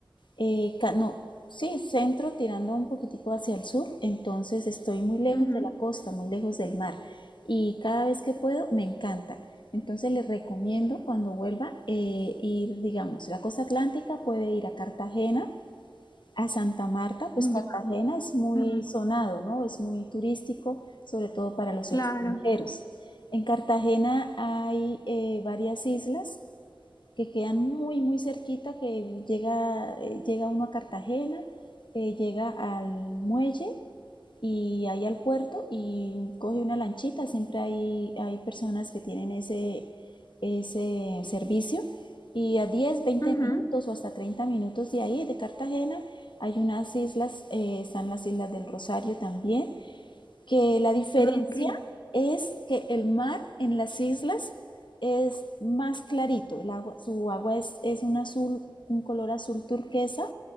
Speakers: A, on the left; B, on the left.
A: Eh, ca- no, sí, centro tirando un poquitico hacia el sur, entonces estoy muy lejos
B: Ujú,
A: de la costa, muy lejos del mar y cada vez que puedo me encanta. Entonces les recomiendo cuando vuelva eh, ir, digamos, la costa atlántica puede ir a Cartagena, a Santa Marta, pues
B: Ya,
A: Cartagena es muy
B: ujú,
A: sonado, ¿no? Es muy turístico, sobre todo para los
B: Claro.
A: extranjeros. En Cartagena hay eh, varias islas que quedan muy, muy cerquita, que llega, eh, llega uno a Cartagena, eh, llega al muelle y ahí al puerto y coge una lanchita. Siempre hay, hay personas que tienen ese, ese servicio. Y a 10 veinte
B: ujú.
A: minutos o hasta 30 minutos de ahí, de Cartagena, hay unas islas, eh, están las Islas del Rosario también, que la diferencia
B: Ah, ok.
A: es que el mar en las islas es más clarito, el agua, su agua es, es un azul, un color azul turquesa,